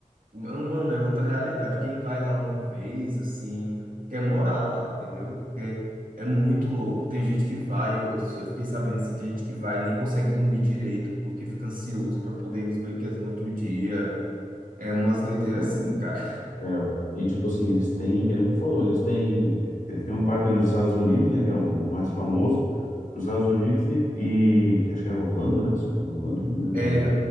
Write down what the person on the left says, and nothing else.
É, e tipo assim, eles têm, que nem tu falou, eles têm, eles têm um parque nos Estados Unidos, né, que é o mais famoso, nos Estados Unidos e, e- que acho que é Orlando, né? Se- Orlando? Não lembro
agora.